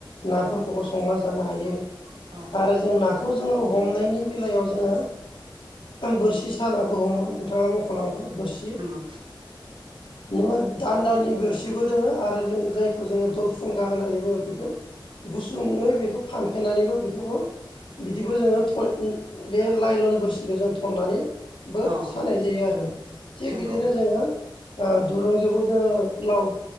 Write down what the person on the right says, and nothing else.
औ
नंगौ।
औ
नंगौ